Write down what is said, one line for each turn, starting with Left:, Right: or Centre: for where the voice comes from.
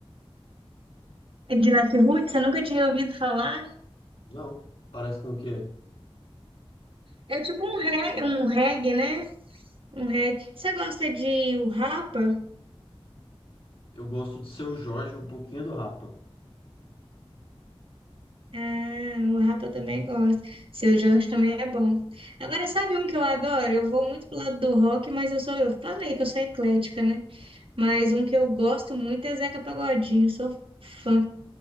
Right: De Nath Roots, você nunca tinha ouvido falar?
Left: Não, parece com o quê?
Right: É tipo um reggae, um reggae, né? Um reggae. Você gosta de o Rapa?
Left: Eu gosto do Seu Jorge, um pouquinho do Rapa.
Right: Ah, o Rapa também gosta. Seu Jorge também é bom. Agora, sabe um que eu adoro? Eu vou muito pro lado do rock, mas eu sou, eu falei que eu sou eclética, né? Mas um que eu gosto muito é Zeca Pagodinho, sou fã.